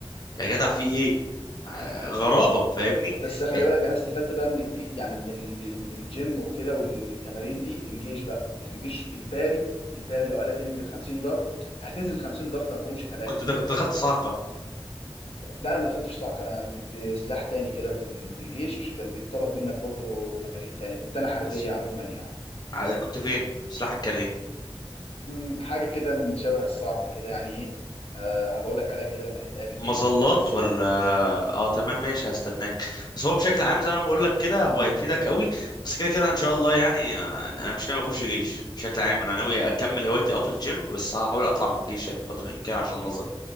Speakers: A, on the left (about 45°); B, on the left (about 75°).
A: يا جدع في ايه آه، غرابه فاهمني
B: بس خلي
A: آه،
B: بالك انا استفدت بقى من الجي... يعني من ال... من الجيم وكده والتمارين دي في الجيش بقى انت في الجيش اجباري اجباري لو قالك انزل 50 ضغط هتنزل 50 ضغط ما فيهمش كلام
A: كنت دخ- دخلت صاعقه
B: لا انا ما دخلتش صاع ك- كنت سلاح تاني كده في ال- في الجيش كان بيتطلب منك برضو تمارين تانية كنت انا حربيه
A: بس
B: عموما يعني
A: آه، كنت فين سلاحك كان ايه
B: أمم، حاجه كده من شبه الصاعقه كده يعني ايه أه هبقول لك عليها كده لما نتقابل
A: مظلات
B: باذن الله بس
A: ولا
B: يعني
A: اه تمام ماشي هستناك بس هو بشكل عام زي ما انا بقول لك كده
B: امم
A: هو هيفيدك قوي بس كده كده ان شاء الله يعني آه، انا مش ناوي اخش جيش بشكل عام انا ناوي اكمل هوايتي اه في الجيم بس هحاول اطلع من الجيش يعني بقدر الامكان عشان نظري